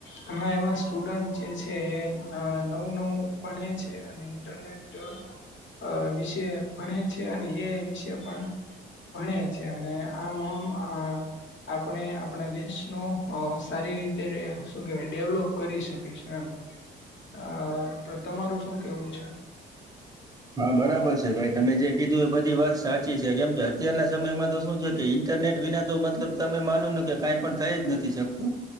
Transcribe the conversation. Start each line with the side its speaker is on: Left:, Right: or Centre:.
Left: ઘણા એવા સ્ટુડન્ટ જે છે. એ અહ નવું નવું ભણે છે અને ઇન્ટરનેટ તો અહ વિશે ભણે છે, અને એ વિશે પણ ભણે છે, અને આમ આમ અહ આપણે આપણા દેશનો અહ સારી રીતે શું કેવાય ડેવલોપ કરી શકીશે એમ. હ તો તમારું શું કેવું છે?
Right: હા બરાબર છે ભાઈ. તમે જે કીધું એ બધી વાત સાચી છે કેમ કે અત્યારના સમયમાં તો શું છે કે ઈન ઇન્ટરનેટ વિના તો મતલબ તમે માનો ન કે કંઈ પણ થઈ જ નથી શકતું.